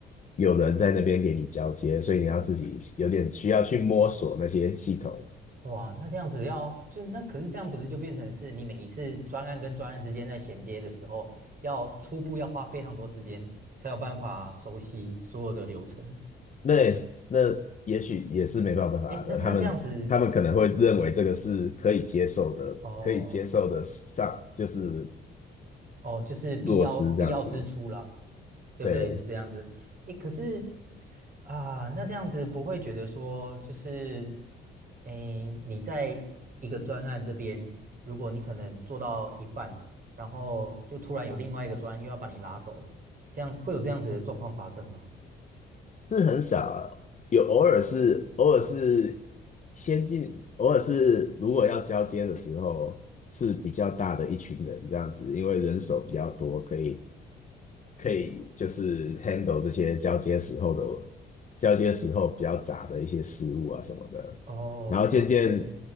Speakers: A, on the left; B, on the right.
A: 有人在那边给你交接，所以你要自己有点需要去摸索那些系统，
B: 哇，那这样子要就那可是这样不是就变成是你每一次专案跟专案之间在衔接的时候，要初步要花非常多时间才有办法熟悉所有的流程。
A: 那也是那也许也是没办法的，
B: 诶，那那这样子
A: 他们他们可能会认为这个是可以接受的，
B: 哦，
A: 可以接受的上就是
B: 哦，就是必要必要支出啦，
A: 落实这样子，
B: 对不对？
A: 对。
B: 是这样子。诶，可是啊，那这样子不会觉得说，就是诶，你在一个专案这边，如果你可能做到一半，然后就突然有另外一个专案又要把你拉走，这样会有这样子的状况发生吗？
A: 是很少啊，有偶尔是偶尔是先进，偶尔是如果要交接的时候是比较大的一群人这样子，因为人手比较多，可以可以就是 handle 这些交接时候的交接时候比较杂的一些事物啊什么的，
B: 哦，
A: 然后渐渐
B: 了解。